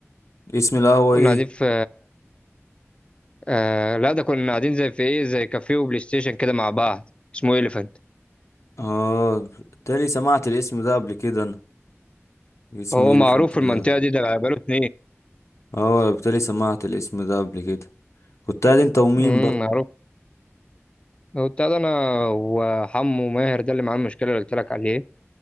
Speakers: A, on the left (about 75°); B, on the left (about 25°).
A: اسم القهوة
B: كنا
A: ايه
B: قاعدين في آه لا ده كنا قاعدين زي في إيه زي كافيه وبلاي ستيشن كده مع بعض اسمه إليفانت
A: اه بالتالي سمعت الاسم ده قبل كده انا اسم
B: هو
A: اليفنت
B: معروف في المنطقة
A: ده
B: دي ده بقاله اتنين
A: اه بالتالي سمعت الاسم ده قبل كده كنت قاعد انت ومين
B: امم
A: بقى
B: معروف هو بتاع ده أنا وحمو ماهر ده اللي معاه المشكلة اللي قلت لك عليه